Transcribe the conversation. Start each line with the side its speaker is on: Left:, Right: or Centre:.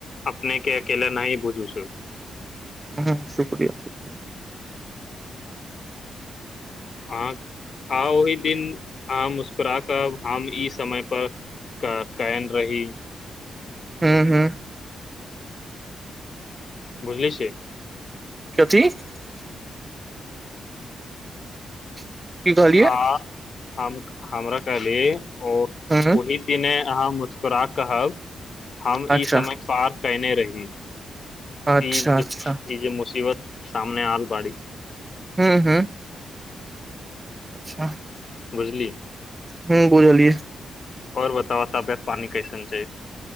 Left: अपनेके अकेला नहि बूझू छु
Right: हँ शुक्रिया
Left: <unintelligible> आ ओही दिन हां मुस्करा कर हम ई समय पर क कैयन रही
Right: हूँ हूँ
Left: बुझैय से
Right: <unintelligible> <inaudible> की कहलियए
Left: आ हम हमरा कहली - ओ
Right: हूँ
Left: ओही दिने हाँ मुस्करा कहब हम
Right: अच्छा
Left: ई समय पर कैने रही
Right: अच्छा
Left: ई
Right: अच्छा
Left: जे जे मुसीबत सामने आन बाड़ी
Right: हूँ हूँ अच्छा
Left: बुझली
Right: हूँ बुझलियै
Left: ओर बताव तबियत पानी कैसेन छै